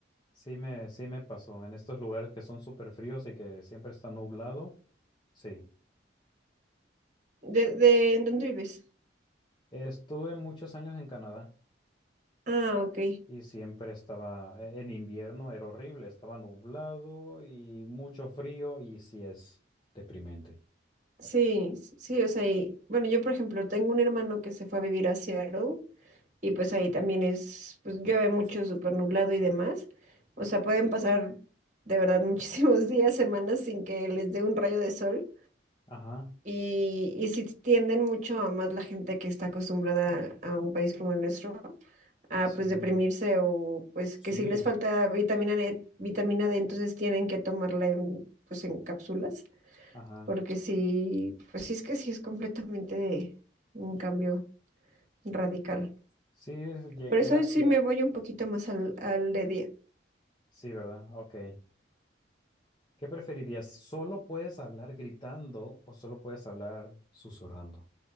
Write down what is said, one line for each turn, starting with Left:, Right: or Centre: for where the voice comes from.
Left: sí me, sí me pasó. En estos lugares que son súper fríos y que siempre está nublado, sí.
Right: ¿De, de ¿en dónde vives?
Left: Estuve muchos años en Canadá
Right: Ah, ok.
Left: y siempre estaba, e- en invierno era horrible, estaba nublado y mucho frío y sí es deprimente.
Right: Sí, sí, o sea, y- bueno, yo por ejemplo tengo un hermano que se fue a vivir a Seattle Y pues ahí también es, pues llueve mucho, súper nublado y demás. O sea, pueden pasar de verdad muchísimos <laughs> días, semanas sin que les dé un rayo de sol.
Left: Ajá,
Right: Y, y si tienden mucho a más la gente que está acostumbrada a un país como el nuestro, a
Left: sí,
Right: pues deprimirse o pues
Left: sí,
Right: que si les falta vitamina D, vitamina D, entonces tienen que tomarla en, pues en cápsulas,
Left: ajá.
Right: porque si, pues sí es que sí es completamente un cambio radical.
Left: Sí, llegué
Right: Por eso hoy
Left: hacia...
Right: sí me voy un poquito más al, al de día,
Left: Sí, ¿verdad? Ok. ¿Qué preferirías? ¿Solo puedes hablar gritando o solo puedes hablar susurrando?